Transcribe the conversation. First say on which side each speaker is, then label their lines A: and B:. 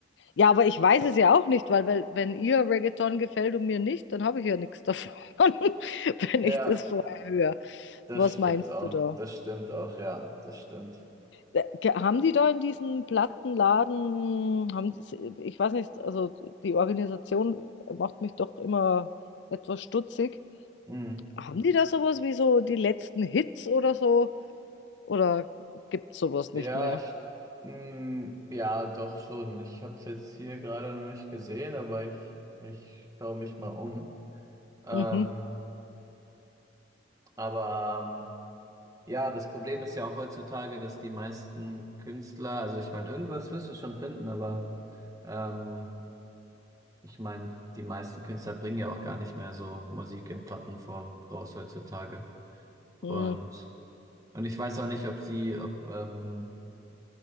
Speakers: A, on the left; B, on the right.
A: Ja, aber ich weiß es ja auch nicht, weil, weil wenn ihr Reggaeton gefällt und mir nicht, dann habe ich ja nichts davon, <laughs> wenn
B: Ja,
A: ich das vorher höre.
B: das
A: Was
B: stimmt
A: meinst
B: auch.
A: du da?
B: Das stimmt auch, ja, das stimmt.
A: Äh, ge- Haben die da in diesem Plattenladen, haben die, ich weiß nicht, also die Organisation macht mich doch immer etwas stutzig.
B: Hm.
A: Haben die da sowas wie so die letzten Hits oder so? Oder gibt es sowas nicht
B: Ja,
A: mehr?
B: ich, mh, ja, doch schon. Ich habe es jetzt hier gerade noch nicht gesehen, aber ich, ich schaue mich mal um. Ähm,
A: Mhm.
B: aber ähm, ja, das Problem ist ja auch heutzutage, dass die meisten Künstler, also ich meine, irgendwas wirst du schon finden, aber ähm, ich meine, die meisten Künstler bringen ja auch gar nicht mehr so Musik in Plattenform raus heutzutage. Und,
A: Mhm.
B: und ich weiß auch nicht, ob sie, ob ähm,